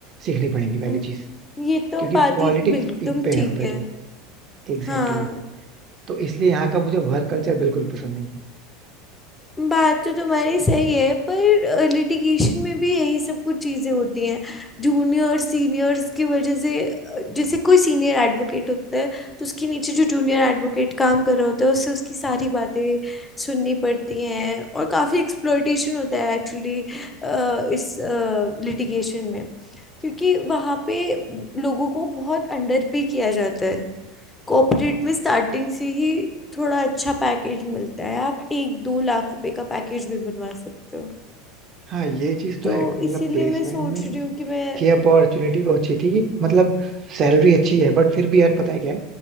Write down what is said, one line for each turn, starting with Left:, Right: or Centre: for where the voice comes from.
Right: सीखनी पड़ेगी पहली
Left: हम्म,
Right: चीज
Left: ये तो
Right: क्योंकि
Left: बात
Right: पॉलिटिक्स
Left: ही एकदम
Right: पीक पे है
Left: ठीक
Right: यहाँ पे
Left: है
Right: तो एग्जैक्टली
Left: हाँ
Right: exactly. तो इसलिए यहाँ का मुझे वर्क कल्चर बिल्कुल पसंद नहीं है
Left: बात तो तुम्हारी सही है पर लिटिगेशन में भी यही सब कुछ चीजें होती हैं जूनियर सीनियर्स की वजह से अ, जैसे कोई सीनियर एडवोकेट होता है तो उसके नीचे जो जूनियर एडवोकेट काम कर रहा होता है उससे उसकी सारी बातें सुननी पड़ती हैं और काफी एक्सप्लॉयटेशन होता है एक्चुअली इस लिटिगेशन में क्योंकि वहाँ पे लोगों को बहुत अंडर पे किया जाता है कॉर्पोरेट में स्टार्टिंग से ही थोड़ा अच्छा पैकेज मिलता है आप एक दो लाख रुपए का पैकेज भी बनवा सकते हो
Right: हाँ ये चीज तो
Left: तो
Right: है मतलब
Left: इसीलिए
Right: प्लेसमेंट
Left: मैं सोच
Right: में
Left: रही हूँ कि मैं
Right: ये अपॉर्चुनिटी तो अच्छी थी मतलब सैलरी अच्छी है बट फिर भी यार पता है क्या